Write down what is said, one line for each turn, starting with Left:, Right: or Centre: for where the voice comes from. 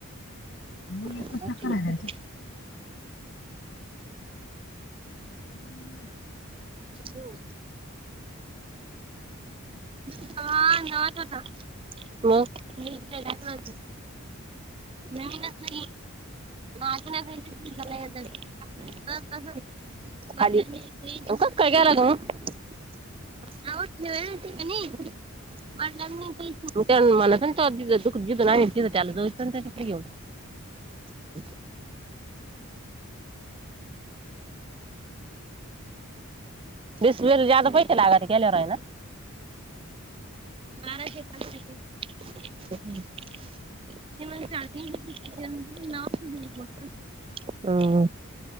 Left: <unintelligible>
Right: मग
Left: कसा करायलायचा? <unintelligible>
Right: हो. <unintelligible> नावीनच नाही ना. <unintelligible> <unintelligible> <unintelligible> <unintelligible>
Left: <inaudible>
Right: <unintelligible> डिस्प्लेला जादा पैशे लाग गेल्यावर आहे ना. बाराशे पाच टके. <unintelligible> <unintelligible>